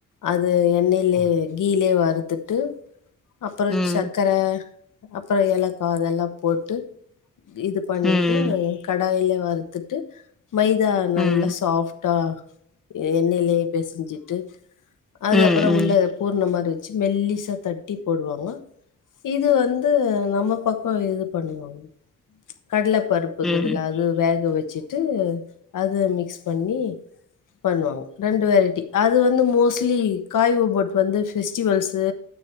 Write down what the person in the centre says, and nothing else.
ம்
ம்
ம்
ம்
ம்
ம்